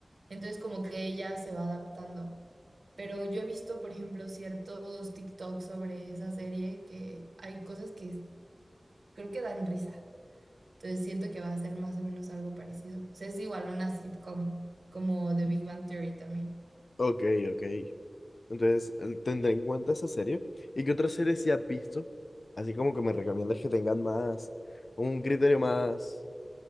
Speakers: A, on the right (about 80°); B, on the left (about 70°).
A: entonces como que ella se va adaptando. Pero yo he visto, por ejemplo, ciertos TikToks sobre esa serie que hay cosas que creo que dan risa. Entonces siento que va a ser más o menos algo parecido. O sea, es igual una sitcom como The Big Bang Theory también.
B: Ok, ok. Entonces, eh, tendré en cuenta esa serie. ¿Y qué otras series sí has visto? Así como que me recomiendas que tengan más, un criterio más